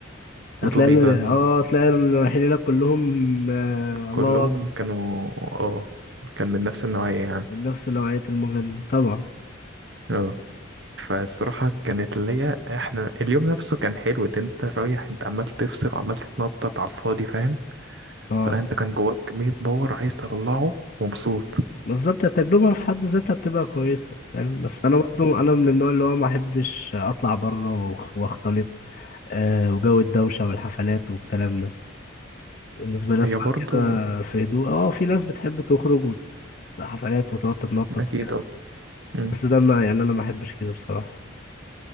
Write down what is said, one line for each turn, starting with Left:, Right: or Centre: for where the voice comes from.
Right: وتومي
Left: هتلاقي ال-
Right: جان
Left: آه هتلاقي اللي رايحين هناك كلهم آه
Right: كلهم
Left: الله أكبر
Right: كانوا اه كان من نفس النوعية يعني
Left: من نفس نوعية المغني طبعا
Right: اه فالصراحة كانت ليا احنا اليوم نفسه كان حلو اللي انت رايح انت عمال تفصل وعمال تتنطط على الفاضي فاهم
Left: آه
Right: فلا انت كان جواك كمية باور عايز تطلعه ومبسوط
Left: بالظبط التجربة في حد ذاتها بتبقى كويسة فاهم بس أنا برضو أنا من النوع اللي هو ما أحبش أطلع بره وأخ- وأختلط آه وجو الدوشة والحفلات والكلام ده بالنسبة لي أسمع
Right: هي برضو
Left: كده في هدوء اه في ناس بتحب تخرج حفلات وتقعد تتنطط
Right: أكيد
Left: كده
Right: أه مم.
Left: بس ده ما يعني انا ما احبش كده بصراحة